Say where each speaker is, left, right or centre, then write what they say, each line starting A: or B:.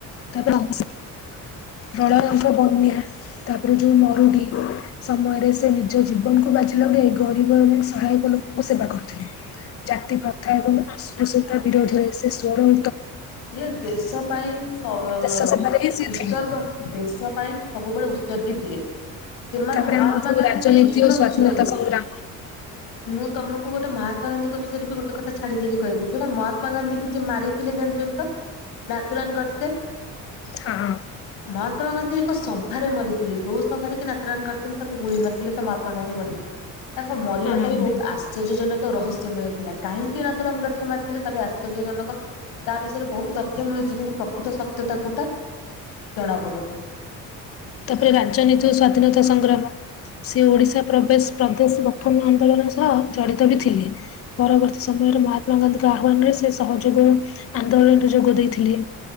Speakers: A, on the left; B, on the left.
A: ତାପରେ <unintelligible> ପ୍ରଳୟଙ୍କ ବନ୍ୟା ତାପରେ ଯୋଉ ମରୁଡ଼ି। ସମୟରେ ସେ ନିଜ ଜୀବନକୁ ବାଜି ଲଗେଇ ଗରିବ ଏବଂ ସହାୟକ ଲୋକଙ୍କ ସେବା କରୁଥିଲେ। ଜାତି ପ୍ରଥା ଏବଂ ଅଷ୍ପୁଶ୍ୟତା ବିରୋଧରେ ସେ ସ୍ଵର
B: ସିଏ ଦେଶ ପାଇଁ ସ ଅ
A: ଦେଶ ସେବାରେ ହିଁ ସିଏ
B: ଉତ୍ସର୍ଗ
A: ଥିଲେ।
B: ଦେଶ ପାଇଁ ସବୁବେଳେ ଉତ୍ସର୍ଗୀ ଥିଲେ। ସେମାନେ
A: ତାପରେ
B: ମହାତ୍ମାଗାନ୍ଧୀ
A: ଆମର ଯୋଉ ରାଜନୀତି
B: ବି ଶୁଣନ୍ତୁ
A: ଓ ସ୍ଵାଧୀନତା
B: ଶୁଣନ୍ତୁ।
A: ସଂଗ୍ରାମ
B: ମୁଁ ତମକୁ ଗୋଟେ ମହାତ୍ମାଗାନ୍ଧୀଙ୍କ ବିଷୟରେ ବି ଗୋଟ କଥା ଛାଡିଦେଲି କହିବାକୁ ଯୋଉଟା ମହାତ୍ମାଗାନ୍ଧୀ କି ଯୋଉ ମାରିଥିଲେ ଜାଣିଛନ୍ତି। ନାଥୁରାଣ ଗଡ଼ ସେ।
A: ହଁ
B: ମହାତ୍ମା ଗାନ୍ଧୀ ଏକ ସଭାରେ ମରିଥିଲେ ଯୋଉ ସଭାରେ କି ନାଥୁରାମ ଗଡ଼ ସେ ତାଙ୍କୁ ଗୁଳି ମାରିଥିଲେ ତ ମହାତ୍ମା ଗାନ୍ଧୀ ମରିଥିଲେ। ତାଙ୍କ ମରିବା
A: ହଁ ହଁ।
B: ଟା ବି ବହୁତ ଆସ ଶ୍ଚର୍ଯ୍ୟ ଜନକ ରହସ୍ୟମୟ ଥିଲା କାହିଁକି ନାଥୁରାମ ଗଡ ସେ ମାରିଥିଲେ ତା ଆଶ୍ଚର୍ଯ୍ୟଜନକ ତା ବିଷ ବିଷୟରେ ବହୁତ ତଥ୍ୟ ମିଳୁଚି କିନ୍ତୁ ପ୍ରକୃତ ସତ୍ୟତା କୋଉଟା ଜଣା ପଡୁନି।
A: ତାପରେ ରାଜନୀତି ଓ ସ୍ଵାଧୀନତା ସଂଗ୍ରାମ ସିଏ ଓଡିଶା ପ୍ରବେଶ ପ୍ରଦେଶ ଗଠନ ଆନ୍ଦୋଳନ ସହ ଜଡିତ ବି ଥିଲେ। ପରବର୍ତ୍ତୀ ସମୟରେ ମହାତ୍ମାଗାନ୍ଧୀଙ୍କ ଆହ୍ବାନରେ ସେ ସହଯୋଗ ଆନ୍ଦୋଳନରେ ଯୋଗ ଦେଇଥିଲେ